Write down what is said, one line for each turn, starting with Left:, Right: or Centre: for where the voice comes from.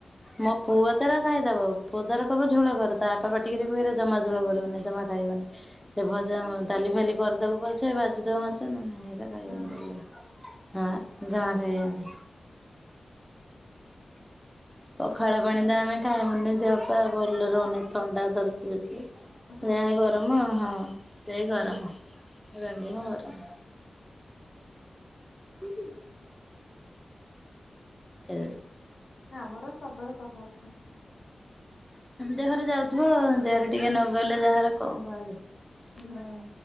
Centre: ମୋ ପୁଅ ତାରା ଖାଇଦବ ପୁଅ ତାର କଇବ ଝୋଳ କର ତା ବାପା ପାଟିକରିଏ କଇଏ ଜମା ଝୋଳ କରିବନି ଜମା ଖାଇବନି ସେ ଭଜା ଡାଲି ଫାଲି ଦୋବୁ ପଛେ ଭାଜିଦୋବୁ ମାଛ ନ ନନେ ହେରା ଖାଇବନି
Left: ହୁଁ
Centre: ହଁ ଜମା ଖାଇବେନି। ପଖାଳ ପାଣି ତ ଆମେ ଖାଇବୁନି ଦେହ ପା ଭଲ ରହୁନି। ଥଣ୍ଡା ଧରୁଚି ବେଶୀ
Left: ହୁଁ
Centre: ଯାହା ଗରମ ହଁ ସେଇ
Left: ହୁଁ।
Centre: ଗରମ। ଏଇ ରାନ୍ଧିଚୁ ଗରମ୍। ସେ ହେ।
Left: ଆମର ସବଳ କହଳତା।
Centre: ଦେହରେ ଯାଉଥୁବ ଦେହରେ ଟିକେ ନଗଲେ ଯାହାରହାର କଁ କରନ୍ତି।
Left: ହୁଁ